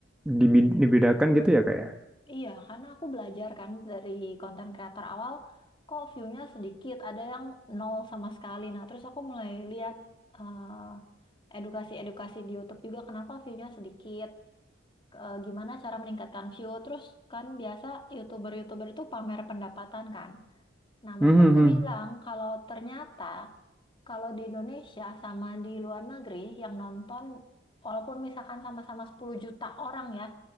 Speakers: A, in the centre; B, on the left (about 25°).
A: dibi- dibedakan gitu ya kak ya?
B: Iya, karena aku belajar kan dari konten kreator awal kok view-nya sedikit, ada yang nol sama sekali. Nah, terus aku mulai lihat eh, edukasi-edukasi di YouTube juga kenapa view-nya sedikit. eh, gimana cara meningkatkan view. Terus kan biasa YouTuber-YouTuber itu pamer pendapatan kan. Nah,
A: Hmm,
B: mereka
A: hmm,
B: itu
A: hmm.
B: bilang kalau ternyata kalau di Indonesia sama di luar negeri yang nonton walaupun misalkan sama-sama 10 juta orang ya,